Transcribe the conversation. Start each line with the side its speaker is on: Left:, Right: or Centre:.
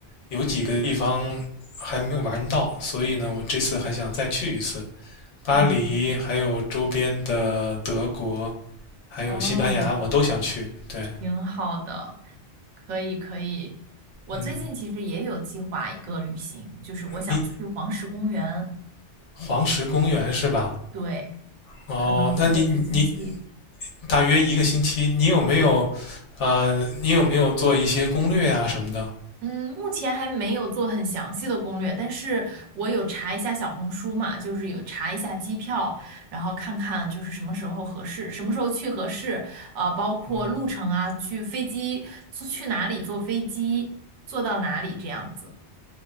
Left: 有几个地方还没有玩到，所以呢，我这次还想再去一次。巴黎，
Right: 嗯，
Left: 还有周边的德国，还有西班牙，
Right: 哦，
Left: 我都想去。对，
Right: 挺好的，可以可以。我最近其实也有计划一个旅行，
Left: 嗯，
Right: 就是我想去黄石公园，
Left: 你黄石公园是吧？
Right: 对，
Left: 哦，
Right: 可能去个一个星期。
Left: 那你你你大约一个星期，你有没有，
Right: 对。
Left: 呃，你有没有做一些攻略呀、什么的？
Right: 嗯，目前还没有做很详细的攻略，但是我有查一下小红书嘛，就是有查一下机票，然后看看就是什么时候合适，什么时候去合适，啊、包括路程啊，
Left: 嗯，
Right: 去飞机，坐去哪里坐飞机，坐到哪里这样子。